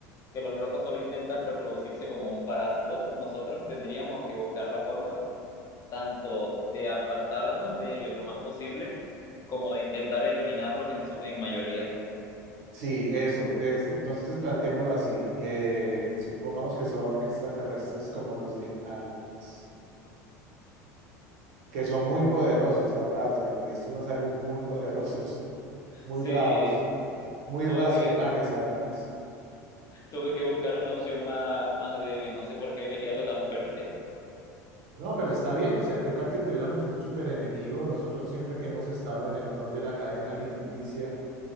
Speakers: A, on the left (about 40°); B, on the right (about 70°).
A: que los locos solo intentan reproducirse como un parásito, nosotros tendríamos que buscar la forma tanto de apartarnos de ellos lo más posible, como de intentar eliminarlos en su, en mayoría.
B: Sí, eso. Es, entonces planteémoslo así. Eh, supongamos que son extraterrestres como los de Aliens, que son muy poderosos ahora. O sea, trajiste unos aliens muy poderosos, muy
A: Sí,
B: bravos, muy
A: tuve
B: racionales
A: que,
B: además.
A: tuve que buscar una opción más, más débil, no sé por qué elegí algo tan fuerte.
B: No, pero está bien, o sea, ¿qué tal que tuviéramos un super enemigo? Nosotros siempre que hemos estado en el top de la cadena alimenticia,